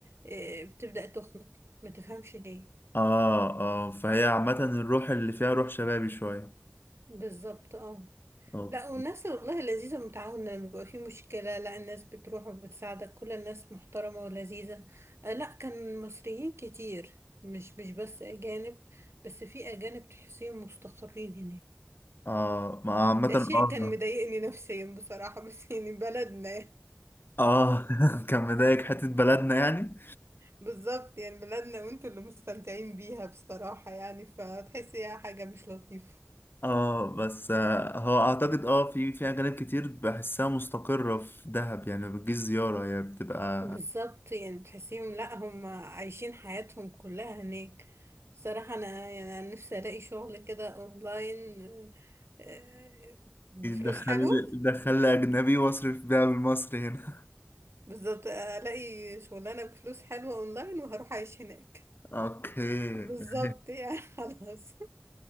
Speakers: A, on the right; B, on the left.
A: إيه، بتبدأ تخنق ما تفهمش ليه
B: آه آه فهي عامة الروح اللي فيها روح شبابي شوية
A: بالظبط اه
B: أوكي
A: لا والناس والله لذيذة متعاونة لما بيبقى في مشكلة لا الناس بتروح وبتساعدك كل الناس محترمة ولذيذة آه، لا كان مصريين كتير مش مش بس أجانب بس في أجانب تحسيهم مستقرين هناك
B: آه ما عامة
A: ده شيء
B: آه
A: كان مضايقني نفسيا بصراحة بس يعني بلدنا
B: آه <laughs> كان مضايق حتة بلدنا يعني
A: بالظبط يعني بلدنا وانتوا اللي مستمتعين بيها بصراحة يعني فتحسيها حاجة مش لطيفة
B: اه بس آه، هو اعتقد اه في في اجانب كتير بحسها مستقرة في دهب يعني ما بتجيش زيارة هي بتبقى
A: بالظبط يعني تحسيهم لا هم عايشين حياتهم كلها هناك صراحة أنا يعني أنا نفسي ألاقي شغل كده أونلاين آه، آه، بفلوس
B: دخل
A: حلوة
B: دخل لي أجنبي وأصرف بيها بالمصري هنا
A: بالظبط ألاقي شغلانة بفلوس حلوة أونلاين وهروح أعيش هناك
B: أوكي
A: بالظبط
B: <laughs>
A: يعني <laughs> خلاص